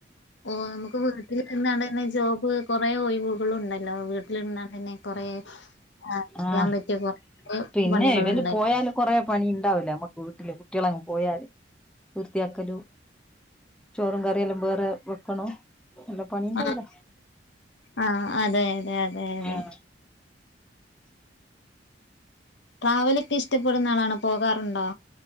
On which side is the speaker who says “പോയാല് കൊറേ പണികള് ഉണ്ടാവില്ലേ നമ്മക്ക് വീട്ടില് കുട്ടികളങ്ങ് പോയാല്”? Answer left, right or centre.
Centre